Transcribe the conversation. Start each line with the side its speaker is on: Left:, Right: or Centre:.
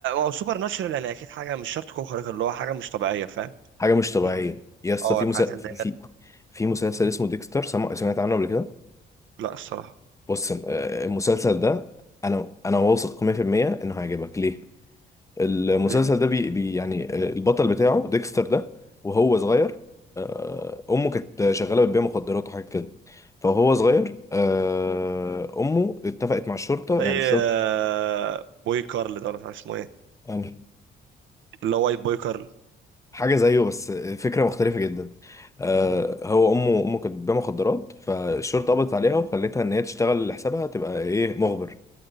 Right: هو سوبر ناتشرال يعني اكيد حاجه مش شرط تكون خارقه اللي هو حاجه مش طبيعيه فاهم
Left: حاجة مش طبيعية
Right: اللي هو-
Left: يا اسطى
Right: اه
Left: في
Right: الحاجات
Left: مسا...
Right: اللي
Left: في
Right: هي
Left: في مسلسل اسمه ديكستر سمع... سمعت عنه قبل كده
Right: لا الصراحه
Left: بص آه، المسلسل ده انا انا واثق 100% انه هيعجبك ليه المسلسل
Right: ليه
Left: ده بي بي يعني البطل بتاعه ديكستر ده وهو صغير آه، امه كانت شغاله بتبيع مخدرات وحاجه كده فهو صغير آه، امه اتفقت مع الشرطه
Right: زي
Left: يعني الشرطه
Right: آه، بوي كارل ده ولا مش عارف اسمه ايه
Left: يعني
Right: اللي هو وايت بوي كارل
Left: حاجه زيه بس فكره مختلفه جدا آه،
Right: مم.
Left: هو امه امه كانت بتبيع مخدرات فالشرطه قبضت عليها وخلتها ان هي تشتغل لحسابها تبقى ايه مخبر